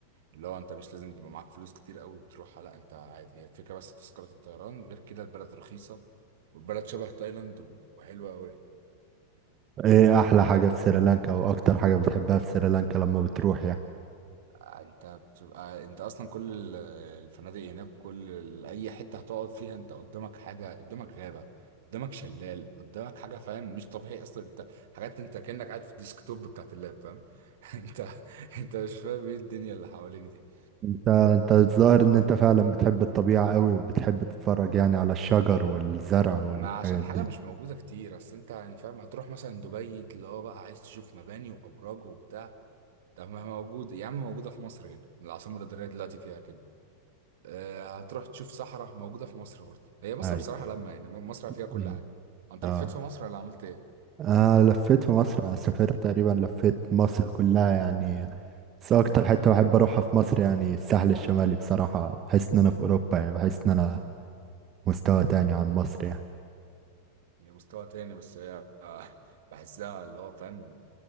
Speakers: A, on the right (about 55°); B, on the right (about 30°).
A: اللي هو انت مش لازم يبقى معاك فلوس كتير قوي وتروحها لا انت عادي هي الفكره بس في تذكره الطيران غير كده البلد رخيصه والبلد شبه تايلاند وحلوه قوي
B: ايه احلى حاجة في سريلانكا او اكتر حاجة بتحبها في سريلانكا لما بتروح يعني
A: آه، انت بتبقى آه، انت اصلا كل ال- الفنادق هناك كل ال- اي حته هتقعد فيها انت قدامك حاجه قدامك غابه قدامك شلال قدامك حاجه فاهم مش طبيعي اصلا انت حاجات انت كانك قاعد في الديسكتوب بتاعت اللاب فاهم <laughs> انت انت مش فاهم ايه الدنيا اللي حواليك دي
B: انت انت الظاهر ان انت فعلا بتحب الطبيعة قوي وبتحب تتفرج يعني على الشجر والزرع والحاجات
A: ما عشان حاجه
B: دي
A: مش موجوده كتير اصل انت يعني فاهم هتروح مثلا دبي اللي هو بقى عايز تشوف مباني وابراج وبتاع طب ما موجود يا عم موجوده في مصر هنا العاصمه الاداريه دلوقتي فيها كده آه، هتروح تشوف صحراء موجودة في مصر برضه هي مصر
B: اي
A: بصراحة لما يعني مصر فيها كل
B: مم.
A: حاجة انت
B: اه
A: لفيت في مصر ولا عملت ايه؟
B: آه لفيت في مصر أنا سافرت تقريبا لفيت مصر كلها يعني بس أكتر حتة بحب أروحها في مصر يعني الساحل الشمالي بصراحة بحس إن أنا في أوروبا يعني بحس إن أنا مستوى تاني عن مصر يعني
A: هي مستوى تاني بس هي <laughs> آه، بحسها اللي هو فاهم